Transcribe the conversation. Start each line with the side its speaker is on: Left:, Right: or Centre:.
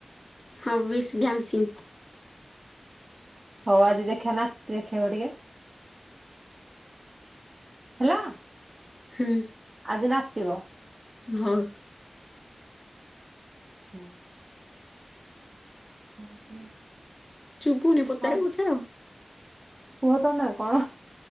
Left: ହବି ଶ ଡାନ୍ସଶିଙ୍ଗ।
Right: ହଉ ଆଜି ଦେଖିବା ନାଚ ଦେଖେଇବ ଟିକେ। ହେଲା
Left: ହୁଁ
Right: ଆଜି ନାଚିବ।
Left: ହଉ।
Right: <inaudible> ହୁଁ। <inaudible>
Left: ଚୁଭୁନି ପଚାର
Right: ହଁ
Left: ପଚାର।
Right: କୁହ ତମେ କଣ